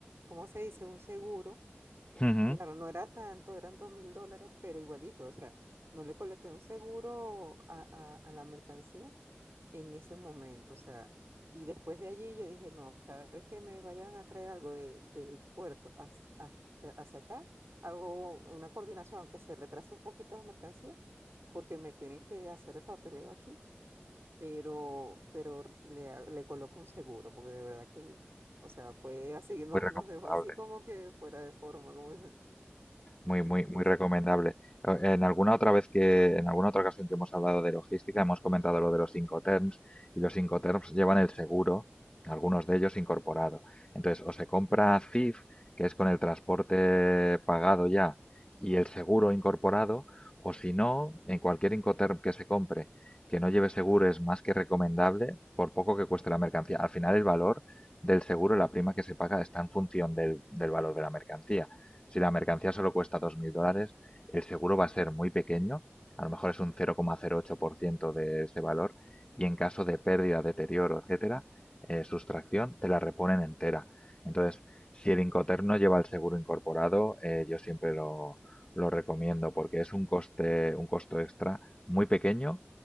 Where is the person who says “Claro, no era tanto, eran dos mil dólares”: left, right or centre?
Right